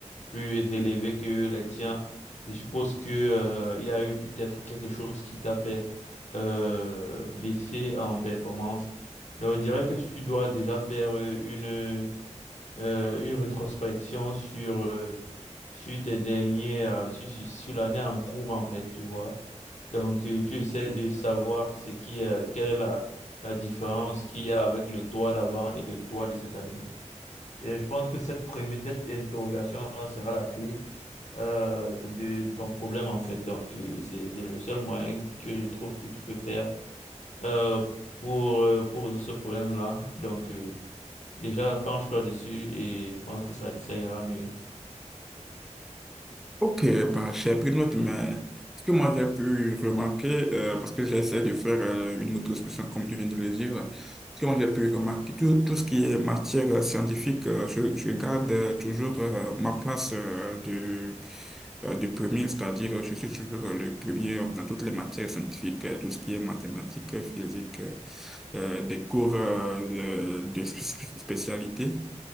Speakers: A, on the left; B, in the centre.
A: plus élevés que les tiens, je suppose que euh, il y a eu peut-être quelque chose qui t'a fait euh, baisser en performance. Donc, je dirais que tu dois déjà faire euh, une, euh, une rétrospection sur, euh, sur tes derniers, euh, sur, sur sur l'année en cours, en fait, tu vois. Donc, euh, tu essaies de savoir ce qui, euh, quelle est la, la différence qu'il y a avec le toit d'avant et le toit de cette année. Et je pense que cette première, cette interrogation-là sera la clé euh, de, de ton problème, en fait. Donc, euh, c'est, c'est le seul moyen que je trouve que tu peux faire euh, pour, euh, pour résoudre ce problème-là. Donc, euh, déjà, penche-toi dessus et je pense que ça, ça ira mieux.
B: Ok, bah, j'ai pris note, mais ce que moi j'ai pu remarquer, euh, parce que j'essaie de faire euh, une auto-expression comme tu viens de le dire, ce que moi j'ai pu remarquer, tout, tout ce qui est matière euh, scientifique, euh, je, je garde euh, toujours euh, ma place euh, de, euh, de premier, c'est-à-dire euh, je suis toujours euh, le premier dans toutes les matières scientifiques, euh, tout ce qui est mathématiques, euh, physique, euh, euh, des cours euh, de, de spé- spécialité.